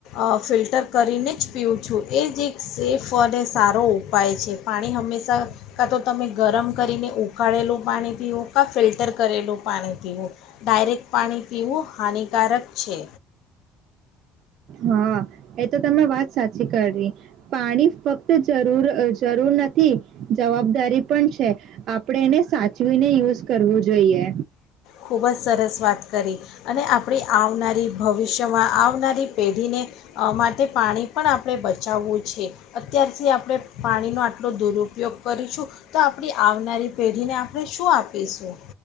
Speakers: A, on the left; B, on the right.
A: અ ફિલ્ટર કરીને જ પીવું છું એજ એક સેફ ફોરેસ્ટ સારો ઉપાય છે પાણી હંમેશા કાં તો તમે ગરમ કરીને ઉકાાળેલું પાણી પીવું કાં ફિલ્ટર કરેલું પાણી પીવું ડાયરેક્ટ પાણી પીવું. હાનિકારક છે.
B: હા એ તો તમે વાત સાચી કરવી. પાણી ફક્ત જરૂર જરૂર નથી જવાબદારી પણ છે આપણે એને સાચવીને યુઝ કરવું જોઈએ.
A: ખૂબ જ સરસ વાત કરી અને આપણી આવનારી ભવિષ્યમાં આવનારી પેઢીને માટે પાણી પણ આપણે બચાવવું છે અત્યારથી આપણે પાણીનો આટલો દુરુપયોગ કરીશું તો આપણી આવનારી પેઢીને આપણે શું આપીશું